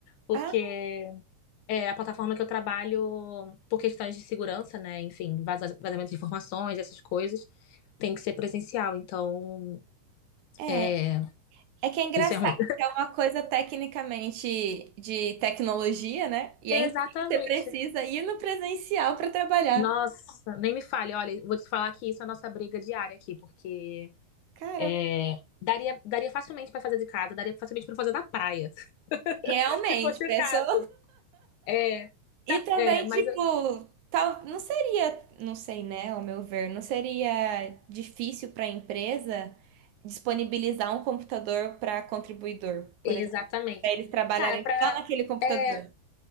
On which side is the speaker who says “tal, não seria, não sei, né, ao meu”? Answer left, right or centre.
Right